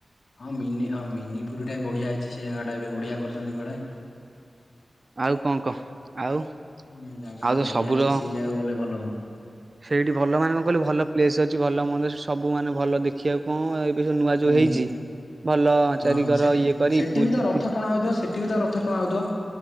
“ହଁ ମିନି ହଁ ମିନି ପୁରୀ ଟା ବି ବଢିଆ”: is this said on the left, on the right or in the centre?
Left